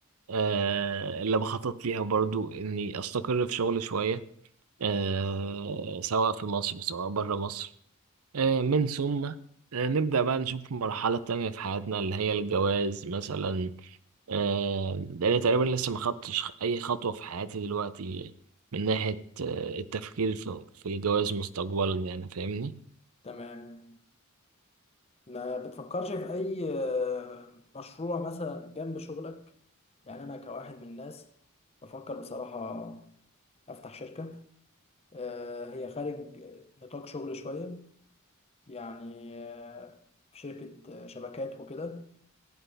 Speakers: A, on the right; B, on the left.
A: آه، اللي بخطط ليها برضو اني استقر في شغل شوية آه، سواء في مصر سواء بره مصر آه، من ثم آه، نبدأ بقى نشوف مرحلة تانية في حياتنا اللي هي الجواز مثلا آه، لأن تقريبا لسه ما خدتش أي خطوة في حياتي دلوقتي من ناحية آه، التفكير في في الجواز مستقبلا يعني فاهمني
B: تمام ما بتفكرش في أي آه، مشروع مثلا جنب شغلك يعني أنا كواحد من الناس بفكر بصراحة أفتح شركة آه، هي خارج نطاق شغل شوية يعني آه، في شركة آه، شبكات وكده